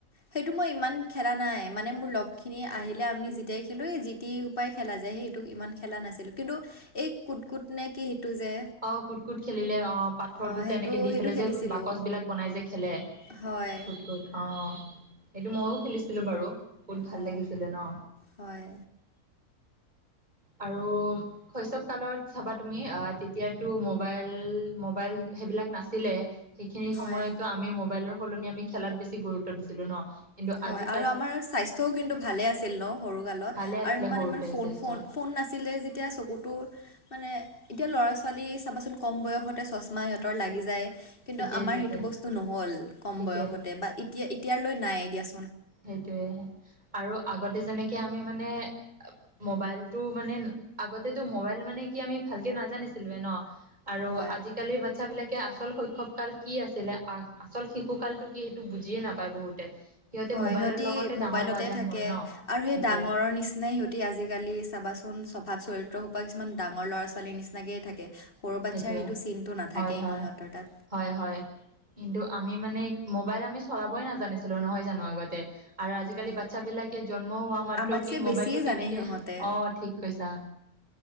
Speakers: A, on the left; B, on the right.
A: সেইটো মই ইমান খেলা নাই মানে মোৰ লগ খিনি আহিলে আমি যেতিয়া খেলো এ যি তি সোপাই খেলা যাই সেইটো ইমান খেলা নাছিলো কিন্তু এই কুত কুট নে কি সেইটো যে
B: অ কুট কুট খেলিলে অ পাথৰটো
A: অ
B: যে
A: সেইটো
B: এনেকে দি
A: সেইটো
B: পেললে
A: খেলিছিলোঁ
B: যে বাকচ বিলাক বনাই যে খেলে
A: হয়
B: কুত কুত আহ কি ময়ো খেলিছিলোঁ বাৰু বহুত ভাল
A: অ
B: লাগিছিলে ন
A: হয়
B: আৰু শৈশৱ কালত চাবা তুমি তেতিয়াতো মোবাইল মোবাইল সেইবিলাক নাছিলে সেইখিনি
A: হয়
B: সময়তো আমি মোবাইলৰ সলনি আমি খেলাত বেছি গুৰুত্ব দিছিলো ন কিন্তু
A: হয়
B: আজি
A: আৰু আমাৰ স্বাস্থ্যও কিন্তু ভালে আছিল ন সৰু কালত
B: ভালে আছিলে
A: আৰু
B: সৰুতে
A: মে ফোন
B: স্বাস্থ্য
A: ফোন নাছিল আছিলে যেতিয়া চকুটোৰ মানে এতিয়া ল'ৰা ছোৱালী চাবাচোন কম বয়সতে চচমা সিহঁতৰ লাগি যায় কিন্তু
B: ঠিকে
A: আমাৰ
B: ঠিকে
A: সেইটো বস্তু নহল কম
B: ঠিকে
A: বয়সতে বা এতিয়া এতিয়া লৈ নাই এ দিয়া
B: সেইটোয়ে আৰু আগতে যেনেকে আমি মানে মবাইলটো মানে আগতেটো মবাইল মানে কি আমি ভালকে নাজানিছিলোৱে ন আৰু
A: হয়
B: আজিকালিৰ বাচ্ছা বিলাকে আছে আচল শৈশৱ কাল কি আছিলে আচল শিশু কালটো কি সেইটো বুজিয়ে নাপায় বহুতে সিহঁতে
A: হয়
B: মোবাইলৰ
A: সিহতি
B: লগতে ডাঙৰ
A: মবাইলতে
B: হোৱা যেন
A: থাকে
B: হ'ল ন
A: আৰু সেই
B: সেইটোৱে
A: ডাঙৰৰ নিচিনাই সিহটি আজিকালি চাবা খন স্বভাৱ চৰিত্ৰৰ সোপ পৰা কিছুমান ডাঙৰ ল'ৰা ছোৱালীৰ নিচিনাকয়ে থাকে সৰু বাচ্ছাৰ
B: সেইটোৱে
A: সেইটো চিনটো নাথাকেই
B: হয় হয়
A: ন সিহঁতৰ তাত
B: হয় হয় কিন্তু আমি মানে মোবাইল আমি চলাবই নাজানিছিলো নহয় জানো আগতে আৰু আজিকালি
A: হয়।
B: বাচ্ছা বিলাকে জন্ম হোৱা মাত্ৰ
A: আমাতছে
B: কি মবাইল
A: বেছিয়ে
B: টো কেনেকে
A: জানে সিহঁতে।
B: অ ঠিক কৈছা